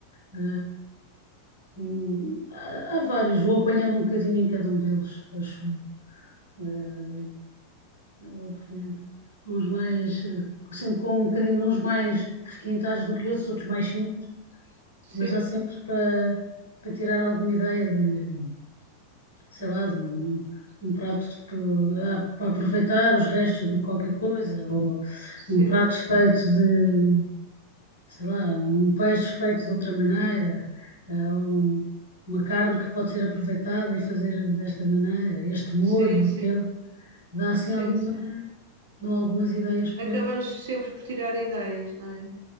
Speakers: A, on the left; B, on the right.
A: Ah, hum, há, há vários, vou apanhando um bocadinho em cada um deles, acho. eu. Ah, vou apanhando uns mais, eh, sempre com um bocadinho uns mais requintados do que outros, outros mais simples,
B: sim,
A: mas há sempre para para tirar alguma ideia de sei lá, de um, um prato tipo, ah, para aproveitar os restos de qualquer coisa, ou
B: sim,
A: um prato feito de, sei lá, um peixe feito de outra maneira, ah, ou um- uma carne que pode ser aproveitada e fazer desta maneira, este molho,
B: sim, sim,
A: aquele, dá assim
B: sim,
A: alguma,
B: sim.
A: dão algumas ideias para.
B: Acabamos sempre por tirar ideias, não é?